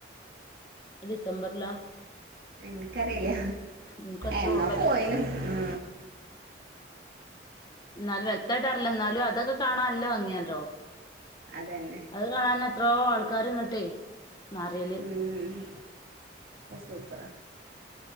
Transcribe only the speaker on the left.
അ ത്ഡിസംബറി ല
എനിക്ക് അത്ര
ഓർമ്മല്ല
ന്നാലും വ്യക്തായിട്ട് അറില്ല ന്നാലും അതൊക്കെ കാണാനല്ല ഭങ്ങിയാണല്ലോ
അത് കാണാൻ എത്രോ ആൾക്കാർങ്ങട്ടെ നർയ്